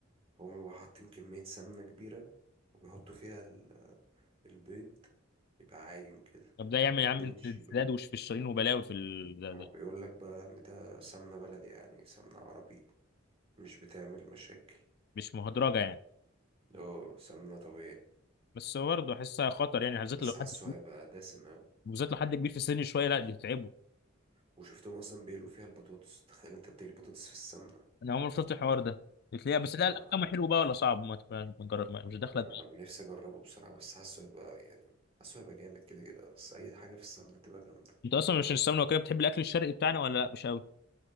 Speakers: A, on the right (about 30°); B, on the left (about 50°).
A: هم حاطين كميه سمنه كبيره وبيحطوا فيها ال- البيض يبقى عايم كده
B: طب ده يعمل يا
A: وبعدين
B: عم
A: يشيلوه
B: انسداد وشفشرين وبلاوي في ال... ده
A: ما
B: ده.
A: هو بيقول لك بقى ان ده سمنه بلدي يعني سمنه عربي مش بتعمل مشاكل
B: مش مهدرجة يعني
A: اه سمنه طبيعي
B: بس برضه احسها خطر يعني بالذات
A: بس
B: لو
A: حاسه
B: حد كبير
A: هيبقى دسم أوي
B: بالذات لو حد كبير في السن شوية لا دي تتعبه
A: وشفتهم أصلا بيقلوا فيها البطاطس تخيل أنت بتقلي بطاطس في السمنة
B: انا عمري ما شفت الحوار ده بتلاقيها بس لا
A: أنا
B: الاكل
A: أنا
B: حلو بقى ولا صعب ما تبقى- ما تجرب ما- مش داخله
A: أنا أنا نفسي أجربه بصراحة بس حاسه هيبقى يعني حاسه هيبقى جامد كده كده بس أي حاجة في السمنة تبقى جامدة
B: انت اصلا عشان السمنه وكده بتحب الاكل الشرقي بتاعنا ولا لا مش قوي